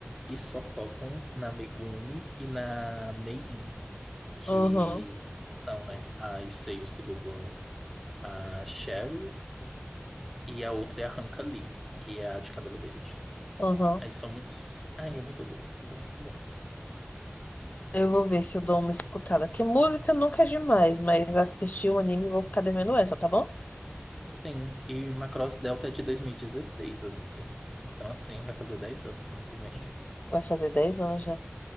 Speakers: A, in the centre; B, on the left (about 35°).
A: que só focam na Megumi e na Mei-In, que
B: aham,
A: são, né, as seios que dublam a Cheryl e a outra é a Hanka Lee, que é a de cabelo verde.
B: aham.
A: Aí são muitos. Ai, é muito bom, muito bom, muito bom.
B: Eu vou ver se eu dou uma escutada. Que música nunca é demais, mas assistir o anime eu vou ficar devendo essa, tá bom?
A: Sim, e o Macross Delta é de 2016, amiga. Então, assim, vai fazer 10 anos ano que vem.
B: Vai fazer 10 anos já.